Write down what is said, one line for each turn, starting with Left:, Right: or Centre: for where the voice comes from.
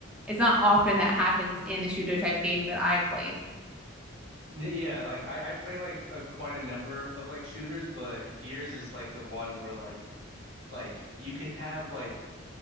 Centre: It's not often that happens in a shooter type game that I've played.
Right: N- yeah. Like I, I play like a, quite a number of like shooters, but Gears is like the one where like like you can have like